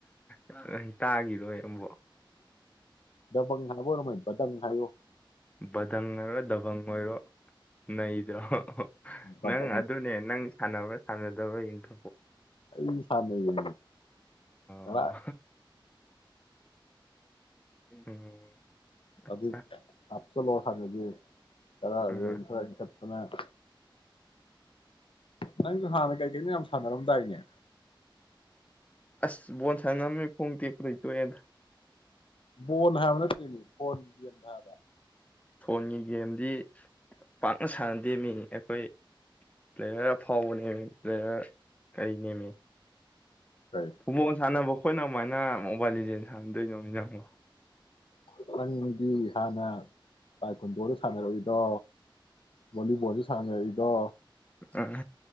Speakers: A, on the left; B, on the left.
A: ꯅꯪ ꯇꯥꯈꯤꯔꯣꯏ ꯑꯃꯨꯛ
B: ꯗꯕꯪ ꯍꯥꯏꯕ ꯑꯣꯏꯔꯝꯃ ꯄ꯭ꯔꯗꯪ ꯍꯥꯏꯌꯣ
A: ꯕꯙꯪ ꯑꯣꯏꯔꯣ ꯗꯕꯪ ꯑꯣꯏꯔꯣ ꯅꯩꯗ꯭ꯔꯣ
B: ꯕꯗꯪ
A: ꯅꯪ ꯑꯗꯨꯅꯦ ꯅꯪ ꯁꯥꯟꯅꯕ꯭ꯔꯥ ꯁꯥꯟꯅꯗꯕꯥꯒꯤꯡꯗꯣ
B: ꯏꯗꯤ ꯁꯝꯒꯤꯅ
A: ꯑꯣ
B: ꯑ
A: ꯎꯝ ꯑꯆꯥ
B: ꯑ ꯍꯥꯆ ꯂꯅ ꯀꯔ ꯔꯠ
A: ꯑꯥ
B: ꯑꯗꯨꯃ ꯅꯁꯨ ꯍꯥꯟꯅ ꯀꯩ ꯀꯅꯤ ꯌꯥꯝ ꯁ ꯔꯝ ꯇꯏꯩꯅ
A: ꯑꯁ ꯕꯣꯟ ꯁꯥꯟꯃꯦ ꯐꯨꯡꯗꯤꯦ ꯐꯩꯇꯣꯅ
B: ꯕꯣꯟ ꯍꯥꯏꯕ ꯅꯠꯇꯔꯤꯅꯤ ꯐꯕꯣꯟ ꯦꯝ ꯍꯥꯏꯕ
A: ꯐꯣꯟꯒꯤ ꯒꯦꯝꯗꯤ ꯄꯥꯛꯅ ꯁꯥꯟꯅꯗꯦ ꯃꯤ ꯍꯣꯏ ꯄ꯭ꯂꯦꯌꯔ ꯑꯐꯥꯎꯕ ꯅꯦꯝꯃꯤ ꯄ꯭ꯂꯦꯌꯔ ꯀꯔꯤ ꯅꯦꯝꯃꯤ
B: ꯀꯩ
A: ꯐꯨꯠꯕꯣꯜ ꯁꯥꯟꯅꯕ ꯑꯩꯈꯣꯏꯅ ꯑꯗꯨꯃꯥꯏꯅ ꯃꯣꯕꯥꯏꯜ ꯂꯤꯖꯦꯜ ꯁꯥꯟꯅꯟꯗꯣꯏꯅꯣ ꯝꯒꯣ
B: ꯑꯣ ꯅꯪꯗꯤ ꯍꯥꯟꯅ ꯇꯥꯏꯀꯨꯟꯗꯣꯗ ꯁꯥꯟꯅꯔꯛꯏꯗꯣ ꯚꯣꯂꯤꯕꯣꯜꯗ ꯁꯥꯟꯅꯔꯛꯏꯗꯣ
A: ꯑꯥ